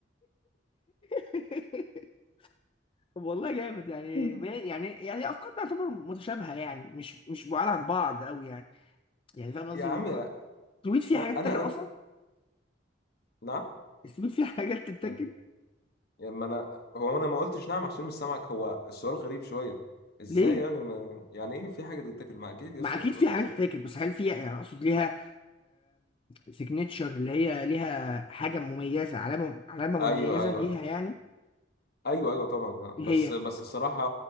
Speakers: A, on the left; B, on the left.
A: <laughs> طب والله جامد يعني
B: <laughs>
A: ما- يعني يعني افكارنا تعتبر متشابهه يعني مش مش بعاد عن بعض قوي يعني يعني فاهم قصدي
B: يا عم
A: م-
B: يا
A: السويد فيه
B: انا
A: حاجات تتاكل اصلا
B: انا نعم
A: السويد فيه حاجات تتاكل
B: يعني يعني ما انا هو انا ما قلتش نعم عشان مش سامعك هو السؤال غريب شويه ازاي
A: ليه
B: يعني ما يعني ايه في حاجه تتاكل ما اكيد يس
A: ما اكيد
B: كل
A: فيه حاجات
B: حاجه
A: تتاكل بس هل فيها يعني اقصد ليها سيجنتشر اللي هي ليها حاجه مميزه علامه علامه مميزه
B: ايوه ايوه
A: ليها يعني
B: ايوه ايوه طبعا لا.
A: ايه
B: بس
A: هي
B: بس الصراحه